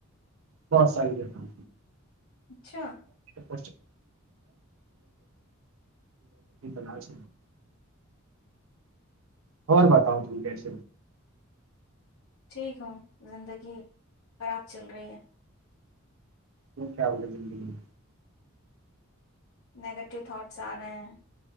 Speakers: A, on the right; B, on the left.
A: بہت ساری جگہ
B: اچھا
A: <inaudible> ناش خر بتاؤ ت کیس
B: ٹھیک ہوں زندگی خراب چل رہی ہے
A: وہ کیا بولے زندگی میں
B: نگیٹیو تھاٹس آ رہے ہیں